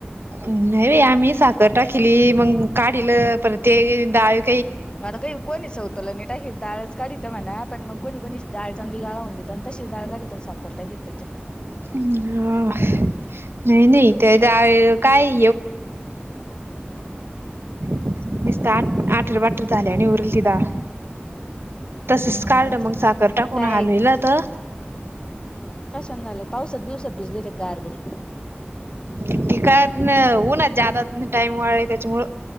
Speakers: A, on the right; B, on the left.
A: नाही बाई, आम्ही साखर टाकली मग, काढीलं पर ते डाळी
B: आता काही कोणीच होतं लय निट हाय हे डाळच काढतं म्हणा पण मग कोणी कोणी डाळ चांगली, गाळ होऊन देत आणि तशीचडाळ काढीतात साखर टा घेत त्यांच्या.
A: <unintelligible> नाही नाही काय <unintelligible>
B: हम्म
A: निस्त‌ आठ आठर बाटर ले, आणि उरल ति डाळ. तसंच
B: हा
A: काढलं
B: हा
A: मग, साखर टाकून
B: काय
A: हलविला होता.
B: कशान झालंय, पावसात बिवसात भिजले होते का हरभरे?
A: ते काय पण ऊन्हात जादा, टाइम वाळय तेच्या मुळं.